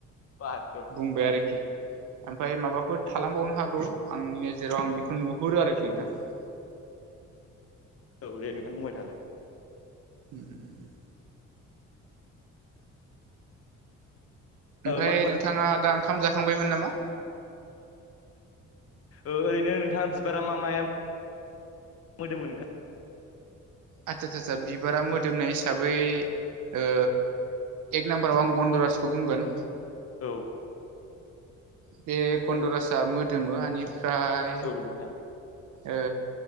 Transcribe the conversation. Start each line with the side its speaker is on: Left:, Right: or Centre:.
Left: बाहाग
Right: बुंबाय आरोखि ओमफाय माबाफोर थालांबावनो हागौ आंनि नोेजेराव आं बेखौ नुहुरो आरोखि नोंथां
Left: औ दे नोंथां बुंबाय थानो
Right: उम ओमफ्राय
Left: ओ मा
Right: नोंथाङा दा ओंखाम जाखांबायमोन नामा?
Left: ओ-ओरैनो नोंथां बिबारा मा माया- मोदोमो नोंथां?
Right: आतसा सा सा बिबारा मोदोमनाय हिसाबै ओ एक नाम्बाराव आं गन्दराजखौ बुंगोन।
Left: औ
Right: बे गन्दरसाआ मोदोमो बेनिफ्राय
Left: औ नोंथां
Right: ओ